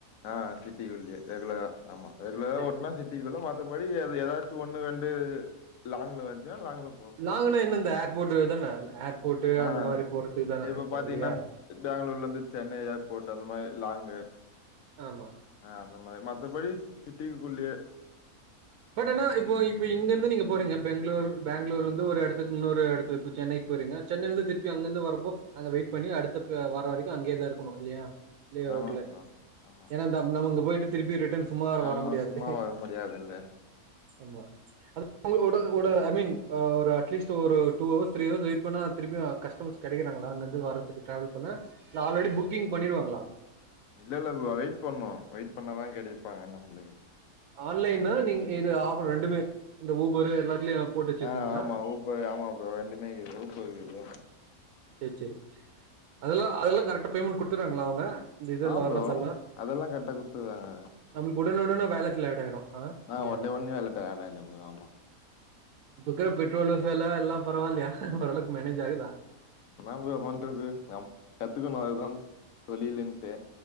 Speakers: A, on the left; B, on the right.
A: ஆ சிட்டிக்குள்ளயே ரெகுலரா ஆமா ரெகுலரா
B: சேரி
A: ஓடுனா
B: சேரி
A: சிட் டிக்குள்ள மத்தபடி அது ஏதாச்சு ஒண்ணு ரெண்டு லாங்குல வந்துச்சுன்னா லாங்குல
B: லாங்குனா என்ன இந்த ஏர்போர்ட்டு தான ஏர்போர்ட்டு
A: ஆ
B: அந்த மாரி போறதுக்கு தான
A: இப்ப
B: இருக்கு
A: பாத்தீங்கன்னா
B: இல்லையா
A: பெங்களூர்ல இருந்து சென்னை ஏர்போர்ட்டு அந்த மாரி லாங்கு
B: ஆமா
A: ஆ அந்தமாரி மத்தபடி சிட்டிக்குள்ளயே
B: பட் ஆனா இப்போ இப்போ இங்க இருந்து நீங்க போறீங்க பெங்களூர் பேங்களூர் வந்து ஒரு இடத்துக்கு இன்னொரு இடத்துக்கு இப்போ சென்னைக்கு போறீங்க சென்னையில இருந்து திருப்பி அங்கருந்து வரும்போ அங்க வெயிட் பண்ணி அடுத்த வர வரைக்கும் அங்கேதா இருக்கணு இல்லையா லீவ்
A: ஆமா
B: அவுட்ல
A: ப்ரோ ஆமா
B: ஏன்னா நம்ம அங்க போயிட்டு திருப்பி ரிட்டன் சும்மா
A: ஆமா
B: வர முடியாது
A: சும்மா வர முடியாதில்ல
B: ஆமா ஒடு ஒடு ஐ மீன் ஒரு அட்லீஸ்ட் ஒரு two hours three hours wait பண்ணா திருப்பியு கஸ்டமர்ஸ் கிடைக்குறாங்களா அங்க இருந்து வர்றதுக்கு ட்ராவல் பண்ண இல்ல ஆல்ரெடி புக்கிங் பண்ணிருவாங்களா
A: இல்ல இல்ல ப்ரோ வெயிட் பண்ணு வெயிட் பண்ணாதா கிடைப்பாங்க நம்ளுக்கு
B: ஆன்லைன்னா நீங்க இது ஆஃபர் ரெண்டுமே இந்த ஊபரு எல்லாத்துலயு போட்டு வச்சிருக்கீங்களா
A: அ ஆமா ஊபர் ஆமா ப்ரோ ரெண்டுமே இக்குது ஊப்பர் இருக்கு
B: செரி செரி அதெல்லா அதெல்லா கரெக்டா பேமெண்ட் குடுத்துறாங்களா அவங்க இந்த இதெல்லா
A: ஆ
B: வர்றதெல்லா
A: ப்ரோ அதெல்லா கரெக்ட்டா குடுத்துறாங்க
B: நம்ளுக்கு உடனே உடனே வேலட்ல அட் ஆயிரு ஆ
A: அ
B: இல்லையா
A: ஒட்னே ஒட்னே வேலட்ல அட் ஆயிடு ப்ரோ ஆமா
B: இப்ப இருக்க பெட்ரோல் வெல எல்லா பரவால்லயா ஓரளவுக்கு மேனேஜ் ஆகுதா
A: என்ன ப்ரோ பண்றது நம் கத்துக்கணு அதுதா தொழிலுன்டு